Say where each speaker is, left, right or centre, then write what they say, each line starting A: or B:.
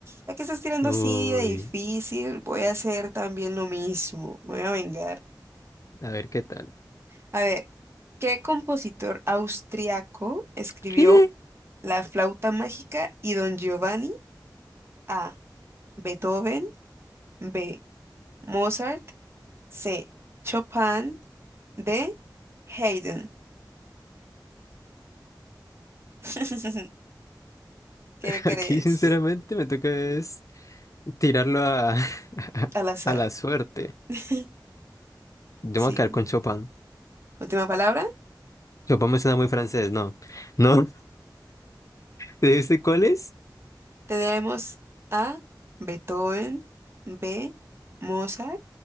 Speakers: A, on the right (about 35°); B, on the left (about 45°).
A: ya que estás tirando
B: Uy,
A: así de difícil, voy a hacer también lo mismo. Me voy a vengar.
B: a ver qué tal.
A: A ver, ¿qué compositor austriaco escribió
B: ¿Qué?
A: La flauta mágica y Don Giovanni? A. Beethoven. B. Mozart. C. Chopin. D. Haydn. <laughs> ¿Qué
B: <laughs>
A: crees?
B: Aquí, sinceramente, me toca es. Tirarlo a, <laughs>
A: Al azar.
B: a la suerte.
A: <laughs>
B: Yo
A: Sí.
B: me voy a quedar con Chopin.
A: Última palabra.
B: Chopin me suena muy francés, ¿no? ¿No? ¿Dijiste cuál es?
A: Tenemos A, Beethoven, B, Mozart,